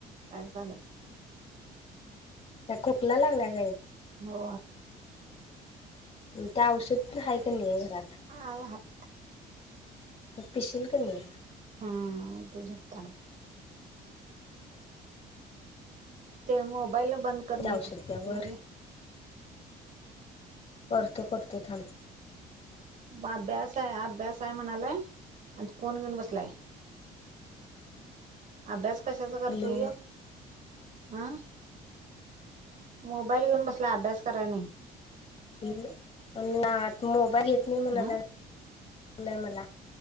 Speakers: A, on the right; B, on the left.
A: काय चालत?
B: काय खोकला लागलाय?
A: हो.
B: त्या औषध आहे, का नाही आहे घरात.
A: हाय हाय
B: <unintelligible> पिसील किनई.
A: हम्म! झोपताना. ते मोबाईल बंद करं
B: त्या
A: नेट
B: औषध त्यावर
A: <unintelligible>
B: करतो करतो थांब.
A: मग अभ्यास आहे, अभ्यास आहे म्हणालाय, आणि फोन घेऊन बसलाय- अभ्यास कशाचा करतोय,
B: हॅलो
A: ह्यो. हं मोबाईल घेऊन बसलाय. अभ्यास कराय नाही.
B: <unintelligible> ना आता मोबाईल घेत नाही <unintelligible> म्हणाय
A: हा
B: लागलाय मला